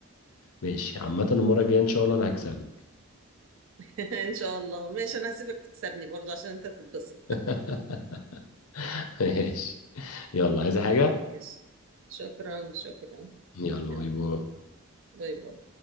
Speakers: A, on the left; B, on the right.
A: ماشي عامة المرة الجاية إن شاء الله أنا هكسبك
B: <laughs> إن شاء الله ماشي أنا هسيبك تكسبني برضه عشان أنت تتبسط
A: <laughs> ماشي
B: <laughs>
A: يلا عايزة حاجة؟
B: ماشي شكرا شكرا
A: يلا
B: يلا
A: باي باي
B: باي باي